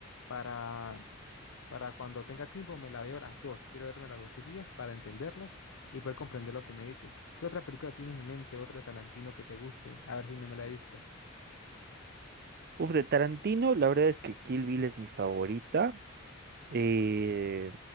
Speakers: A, on the left; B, on the right.
A: para, para cuando tenga tiempo me la veo las dos. Quiero verme las dos seguidas para entenderlas y poder comprender lo que me dice. ¿Qué otra película tienes en mente, otra de Tarantino que te guste? A ver si no me la he visto.
B: Uf, de Tarantino, la verdad es que Kill Bill es mi favorita. Eh,